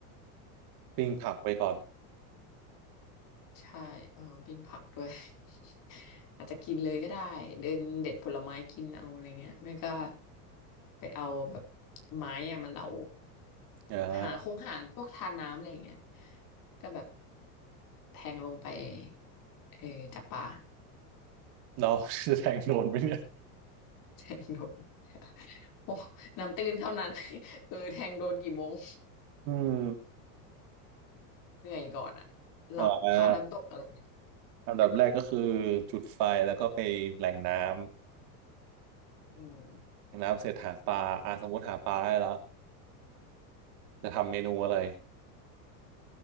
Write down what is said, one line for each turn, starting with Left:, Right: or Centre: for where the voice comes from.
Right: ปิ้งผักไปก่อน
Left: เคเอาใช่เอาปิ้งผักด้วย <laughs> อาจจะกินเลยก็ได้เดินเด็ดผลไม้กินเอาอะไรเงี้ยไม่ก็ไปเอาแบบไม้อะมาเหลา
Right: อ่า
Left: หาคงหาพวกทาน้ำอะไรเงี้ยก็แบบแทงลงไปเออจับปลา <laughs>
Right: เราจะแทงโดนไหมเนี่ย
Left: แทงโดด <laughs> โอ้น้ำตื้นเท่านั้น <laughs> เออแทงโดนกี่โมง
Right: อืม
Left: <laughs> เหนื่อยก่อนอะหลับคาน้ำตกอะไรเงี้ย
Right: อ่าอันดับแรกก็คือจุดไฟแล้วก็ไปแหล่งน้ำ
Left: อืม
Right: แหล่งน้ำเสร็จหาปลาอ่าสมมติหาปลาได้แล้วจะทำเมนูอะไร